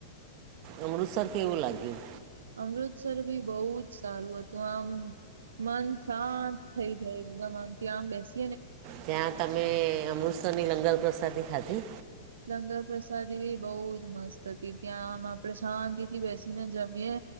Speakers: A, on the right; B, on the right.
A: અમૃતસર કેવું લાગ્યું?
B: અમૃતસર બી બોઉ જ સારું હતું, આમ. મન શાંત થઇ જાય એકદમ, આમ ત્યાં બેસી
A: ત્યાં તમે અમૃતસરની લંગર પ્રસાદી ખાધી?
B: લંગર પ્રસાદી, એવી બહુ જ મસ્ત હતી, ત્યા આમ આપડે શાંતિ થી બેસીને જમીએ.